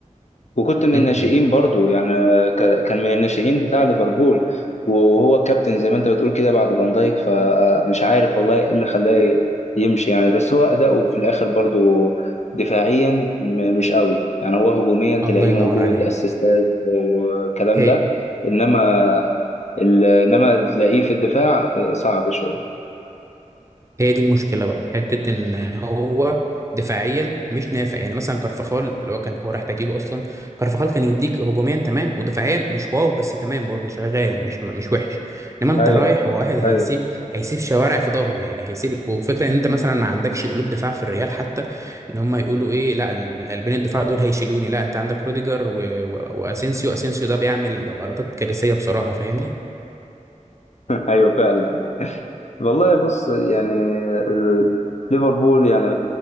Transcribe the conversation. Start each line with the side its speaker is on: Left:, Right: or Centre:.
Left: وكنت من
Right: م
Left: الناشئين
Right: -م.
Left: برضو يعني ك- كان من الناشئين بتاع ليفربول وهو كابتن زي ما انت بتقول كده بعد فان دايك فمش عارف والله ايه اللي خلاه يمشي يعني بس هو أداؤه في الآخر برضو دفاعيا م- مش قوي يعني هو هجوميا تلاقيه
Right: الله ينور
Left: موجود
Right: عليك
Left: اسيستات والكلام
Right: هي
Left: ده انما ال- انما تلاقيه في الدفاع صعب شوية
Right: هي دي المشكله بقى حته ان هو دفاعيا مش نافع يعني مثلا كارفخال اللي هو كان هو راح بديله اصلا كارفخال كان يديك هجوميا تمام ودفاعيا مش واو بس تمام برضه شغال مش مش وحش انما انت
Left: ايوه
Right: رايح هو واحد هيسيب
Left: ايوه
Right: هيسيب شوارع في ظهره يعني هيسيب وفكره ان انت مثلا ما عندكش قلوب دفاع في الريال حتى ان هم يقولوا ايه لا ال- القلبين الدفاع دول هيشيلوني لا انت عندك روديجر و... و... واسينسيو اسينسيو ده بيعمل غلطات كارثيه بصراحه فاهمني
Left: <laughs> ايوه فعلا والله بص يعني ال- ليفربول يعني